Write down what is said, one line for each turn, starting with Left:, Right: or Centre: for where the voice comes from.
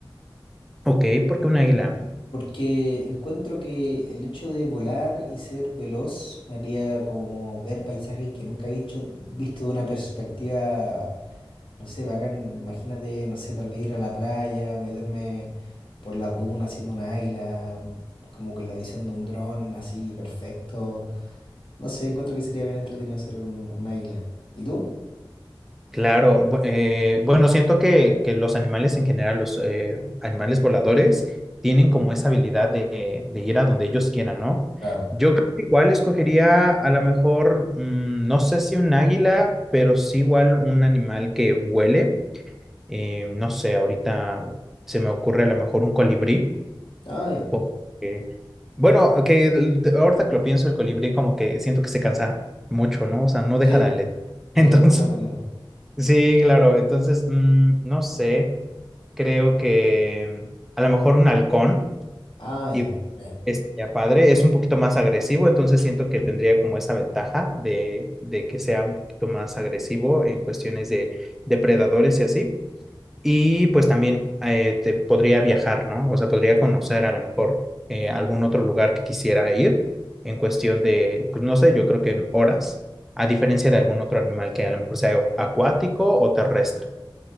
Centre: Ok, porque un águila.
Left: Porque encuentro que el hecho de volar y ser veloz me haría como ver paisajes que nunca he visto, visto de una perspectiva, no sé, bacán. Imagínate, no sé, tal vez ir a la playa, meterme por las dunas haciendo una águila, como con la visión de un dron, así, perfecto. No sé, encuentro que sería bien entretenido ser un, un águila. ¿Y tú?
Centre: Claro, bu- eh, bueno, siento que, que los animales en general, los eh, animales voladores, tienen como esa habilidad de, de ir a donde ellos quieran, ¿no?
Left: Claro.
Centre: Yo creo que igual escogería a lo mejor, mm, no sé si un águila, pero sí igual un animal que vuele. Eh, no sé, ahorita se me ocurre a lo mejor un colibrí.
Left: Ah, ya.
Centre: porque- bueno, que el- de- ahorita que lo pienso, el colibrí como que siento que se cansa mucho, ¿no? O sea, no deja
Left: Sí,
Centre: de alet-
Left: vuela,
Centre: <laughs>
Left: vuela
Centre: Entonces...
Left: poquito.
Centre: Sí, claro. Entonces, mm, no sé, creo que mm, a lo mejor un halcón
Left: Ah, ya.
Centre: y
Left: Bien.
Centre: estaría padre. Es un poquito más agresivo, entonces siento que tendría como esa ventaja de, de que sea un poquito más agresivo en cuestiones de depredadores y así. Y pues también eh, te- podría viajar, ¿no? O sea, podría conocer a lo mejor eh, algún otro lugar que quisiera ir en cuestión de, pues no sé, yo creo que en horas, a diferencia de algún otro animal que a lo mejor sea acuático o terrestre.